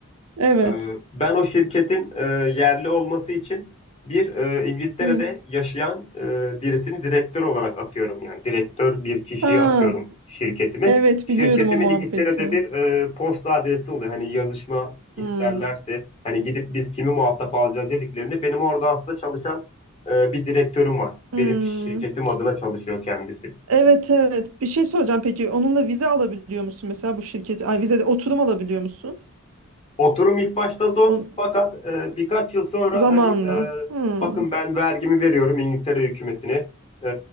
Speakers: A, on the right (about 80°); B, on the left (about 30°).
A: Evet.
B: Ee, Ben o şirketin e, yerli olması için bir e, İngiltere'de
A: Hı.
B: yaşayan e, birisini direktör olarak atıyorum. Yani direktör bir kişiye
A: Ha
B: atıyorum şirketimi.
A: evet
B: Şirketimin
A: biliyorum o muhabbeti.
B: İngiltere'de bir e, posta adresi oluyor. Hani yazışma isterlerse
A: Hı.
B: hani gidip biz kimi muhatap alacağız dediklerinde benim orada aslında çalışan e, bir direktörüm var.
A: Hmm.
B: Benim şirketim adına çalışıyor kendisi.
A: Evet evet. Bir şey soracağım peki. Onunla vize alabiliyor musun mesela bu şirket? Ay vize de oturum alabiliyor musun?
B: Oturum ilk başta zor
A: O
B: fakat e, birkaç yıl sonra
A: zamanla.
B: hani e,
A: Hmm.
B: bakın ben vergimi veriyorum İngiltere hükümetine E,